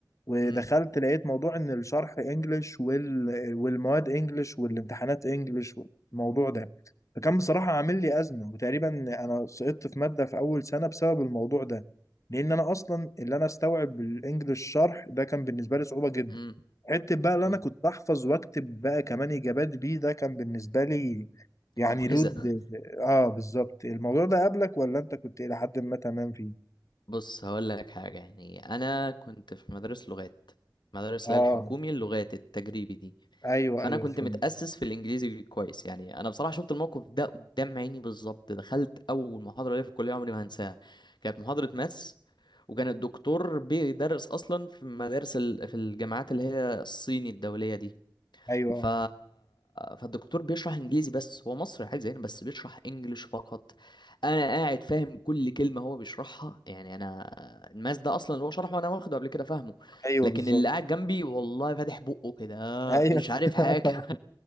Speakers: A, on the left (about 45°); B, on the left (about 75°).
A: ودخلت
B: امم
A: لقيت موضوع ان الشرح انجلش وال... والمواد انجلش والامتحانات انجلش والموضوع ده فكان بصراحه عامل لي ازمه وتقريبا انا سقطت في ماده في اول سنه بسبب الموضوع ده لان انا اصلا اللي انا استوعب الانجليش شرح ده كان بالنسبه لي صعوبه جدا
B: امم
A: حته بقى اللي انا
B: امم
A: كنت احفظ واكتب بقى كمان اجابات بيه ده كان بالنسبه لي يعني
B: معجزة
A: لود اه بالظبط الموضوع ده قبلك ولا انت كنت الى حد ما تمام فيه
B: بص هقول لك حاجة يعني أنا كنت في مدارس لغات مدارس
A: اه
B: اللي هي الحكومي اللغات التجريبي دي
A: ايوه
B: فأنا
A: ايوه
B: كنت
A: فهمت
B: متأسس في الإنجليزي كويس يعني أنا بصراحة شفت الموقف ده قدام عيني بالظبط دخلت أول محاضرة ليا في الكلية عمري ما هنساها كانت محاضرة ماس وكان الدكتور بيدرس أصلا في مدارس ال... في الجامعات اللي هي الصيني الدولية دي
A: ايوه
B: ف... فالدكتور بيشرح انجليزي بس هو مصري عادي زينا بس بيشرح انجليش فقط انا قاعد فاهم كل كلمه هو بيشرحها يعني انا الماس ده اصلا اللي هو شرحه وانا واخده قبل كده فاهمه
A: ايوه
B: لكن
A: بالظبط
B: اللي قاعد جنبي والله فاتح بقه كده
A: ايوه
B: مش عارف
A: <laughs>
B: حاجه